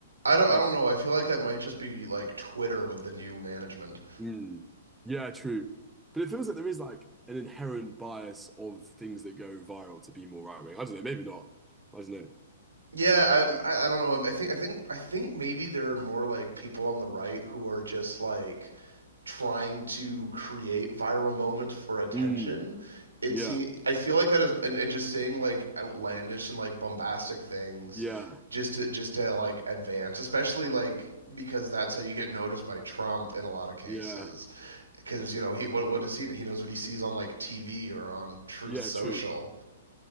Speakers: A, on the right; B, in the centre.
A: I don't I
B: Um,
A: don't know. I feel like that might just be like Twitter with the new management.
B: mm, yeah, true. But it feels like there is like an inherent bias of things that go viral to be more right-wing. I don't know, maybe not. I don't know.
A: Yeah, I, I don't know. um, I think I think I think maybe there are more like people on the right who are just like trying to create viral moments for attention.
B: Mm,
A: It
B: yeah.
A: seems I feel like that is and, and just saying like outlandish and like bombastic things
B: Yeah.
A: just to just to like advance, especially like because that's how you get noticed by Trump in a lot of cases.
B: Yeah,
A: Because you know he what what is he he knows what he sees on like TV or on Truth
B: yeah,
A: Social.
B: true.